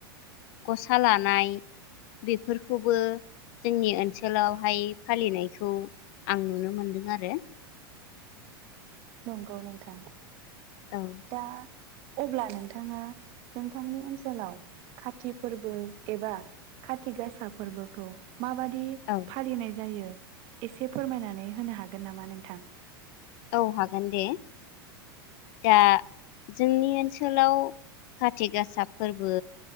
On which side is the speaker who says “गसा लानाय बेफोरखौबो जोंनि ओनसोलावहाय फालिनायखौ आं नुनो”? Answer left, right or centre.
Left